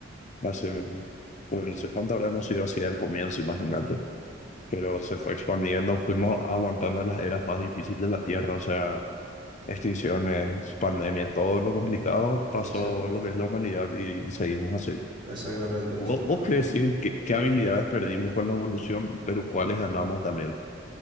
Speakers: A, on the left (about 40°); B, on the right (about 25°).
A: Así mismo. Pues no sé cuánto habrá conseguido así al comienzo, imagínate. Pero se fue expandiendo, fuimos aguantando las eras más difíciles de la Tierra, o sea, extinciones, pandemias, todo lo complicado pasó
B: O sea,
A: lo que es la humanidad y, y seguimos así.
B: exactamente,
A: ¿Vos,
B: exactamente.
A: vos querés decir qué, qué habilidades perdimos con la evolución, pero cuáles ganamos también?